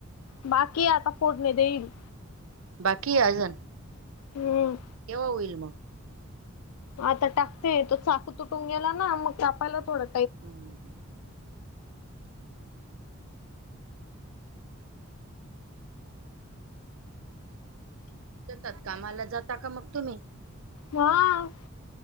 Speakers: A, on the left; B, on the right.
A: बाकी आता फोडणी देईन.
B: बाकी आजुन.
A: हम्.
B: केव्हा होईल मग?
A: आता टाकते तो चाकू तुटून गेला ना मग कापायला थोडं
B: हम्म म. शेतात कामाला जाता का मग तुम्ही.
A: हा